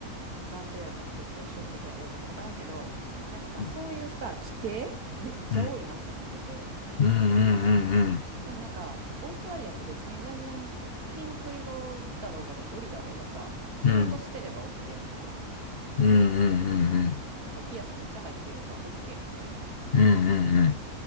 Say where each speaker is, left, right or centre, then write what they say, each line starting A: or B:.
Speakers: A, on the right; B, on the left.
A: 男性やったらちょっとショートヘアでとか分からんけどなんかさそういうさ規定めっちゃ多いなって思ってて
B: うん。うんうんうんうん。
A: でもなんかオーストラリアって別に全然ピンク色だろうが緑だろうがさ仕事してれば
B: うん
A: OK みたいな
B: うんうんうんうん。
A: なんかピアスめっちゃ入ってようが OK みたいな
B: うんうんうんうん。